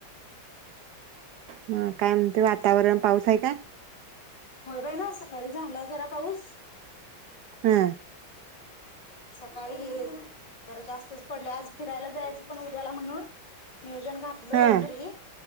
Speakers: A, on the right (about 75°); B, on the left (about 55°).
A: म काय म्हणतय वातावरण पाऊस आहे का?
B: होय बाई ना सकाळी झाला जरा पाऊस.
A: हं
B: सकाळी जरा जास्तच पडले आज फिरायला जायचं पण उद्याला म्हणून.... नियोजन घातलोय
A: हा
B: खरी